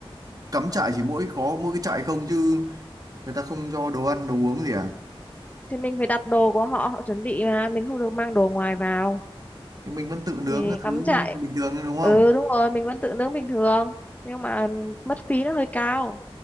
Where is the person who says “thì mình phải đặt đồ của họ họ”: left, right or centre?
Left